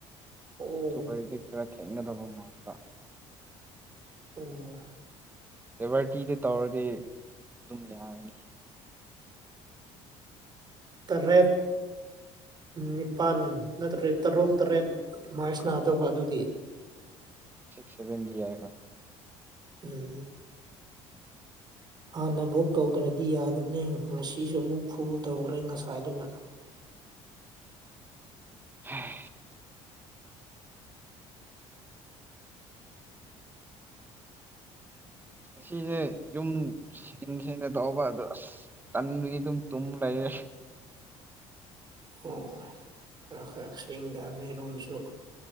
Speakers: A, on the right; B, on the right.
A: ꯑꯣ
B: ꯑꯗꯨ ꯑꯣꯏꯣꯏꯔꯗꯤ ꯈꯔ ꯊꯦꯡꯒꯗꯕ ꯗ
A: ꯑꯣ
B: ꯑꯦꯦꯚꯔꯇꯤꯗ ꯇꯧꯔꯗꯤ ꯑꯗꯨꯝ ꯌꯥꯒꯅꯤ
A: ꯇꯔꯦꯠ ꯅꯤꯄꯥꯜ ꯅꯠꯇ꯭ꯔ ꯇꯔꯨꯛ ꯇꯔꯦꯠ ꯃꯥꯏꯁ ꯅꯥꯗꯕ ꯑꯗꯨꯗꯤ ꯝ
B: ꯁꯤꯕꯦꯟꯗꯤ ꯌꯥꯥꯏ ꯍ
A: ꯎꯝ ꯍꯥꯟꯅ ꯕꯨꯛ ꯇꯧꯗ꯭ꯔꯗꯤ ꯌꯥꯗꯕꯅꯦ ꯉꯁꯤꯁꯨ ꯑꯃꯨꯛ ꯐꯨ ꯇꯧꯈꯔꯦ ꯉꯁꯥꯏꯗꯨꯅ
B: ꯎꯝ ꯁꯤꯁꯦ ꯌꯨꯝ ꯁꯤꯟ ꯁꯅ ꯇꯧꯕ ꯑꯗ ꯑꯁ ꯇꯟꯒꯤ ꯑꯗꯨꯝ ꯇꯨꯝ ꯂꯩ ꯐ
A: ꯑꯣ ꯈꯔ ꯈꯔ ꯁꯦꯡꯗꯕꯅꯤ ꯔꯨꯝꯝꯁꯨ